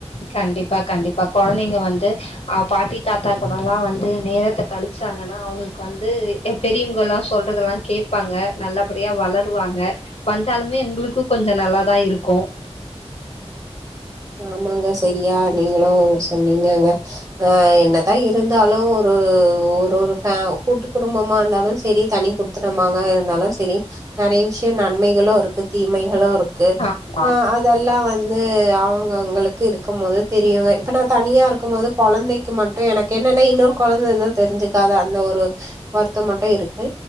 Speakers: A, on the left; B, on the right.
A: கண்டிப்பா கண்டிப்பா கொழந்தைங்க வந்து அ பாட்டி தாத்தா கூடல்லா வந்து நேரத்த கழு வச்சாங்கன்னா அவங்களுக்கு வந்து பெரியவங்கல்லா சொல்றதெல்லா கேட்பாங்க நல்லபடியா வளருவாங்க வந்தாலுமே உங்களுக்கும் கொஞ்சம் நல்லாதா இருக்கும்
B: ஆமாங்க சரியா நீங்களும் சொன்னிங்கங்க ஆ என்னதா இருந்தாலும் ஒரு ஒரு ஒரு ஃபே கூட்டு குடும்பமா இருந்தாலும் சரி தனி குடு த்தனமாக இருந்தாலும் சரி நெறைய விஷயம் நன்மைகளும் தீமைகளும் இருக்கு க்கு
A: ஆமா.
B: ஆ அதெல்லா வந்து அவ ங்கவங்களுக்கு இருக்கமோது தெரியுங்க இப்ப நா தனியாருக்குமோது கொழந்தைக்கு மட்டும் எனக்கு என்னன்ன இன்னொரு கொழந்தருந்தா தெரிஞ்சுக்காத அந்த ஒரு வருத்தம் மட்டும் இருக்கு